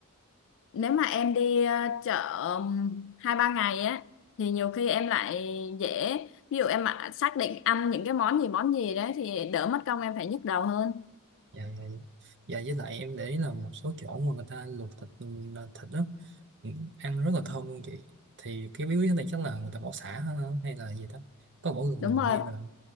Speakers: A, on the left; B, on the right.
A: nếu mà em đi à, chợ ừm, hai ba ngày á thì nhiều khi em lại dễ ví dụ em mà xác định ăn những cái món gì món gì đấy thì đỡ mất công em phải nhức đầu hơn
B: dạ dạ dạ Dạ, với lại em để ý là một số chỗ mà người ta luộc thịt ừ, là thịt đó ừ, ăn rất là thơm luôn chị thì cái bí quyết này chắc là người ta bỏ sả hả? hay là gì đó có bỏ gừng
A: đúng rồi
B: hay là